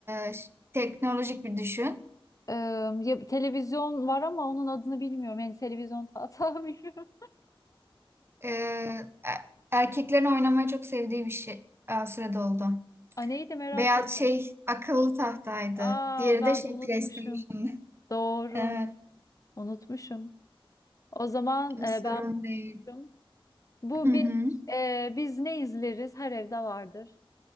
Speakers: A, on the right; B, on the left.
A: e, ş- teknolojik bir düşün.
B: Ee, ya, televizyon var ama onun adını bilmiyorum. Yani televizyon tahta <laughs> bilmiyorum.
A: E, e- erkeklerin oynamayı çok sevdiği bir şey. Aa, süre doldu.
B: Aa, neydi merak
A: Beyaz
B: ettim.
A: şey akıllı tahtaydı.
B: Aa
A: Diğeri
B: ben
A: de şey
B: unutmuşum.
A: PlayStation.
B: Doğru.
A: Evet,
B: Unutmuşum. O zaman e,
A: sorun
B: ben
A: değil.
B: başlıyorum. Bu
A: Hı hı.
B: bir e, biz ne izleriz? Her evde vardır.